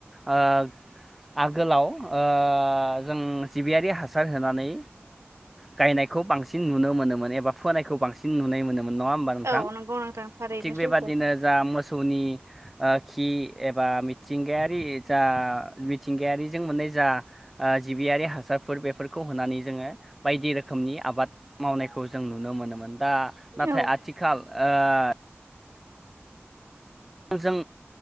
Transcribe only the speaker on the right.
औ नंगौ नोंथां थारैनो
सैथो
औ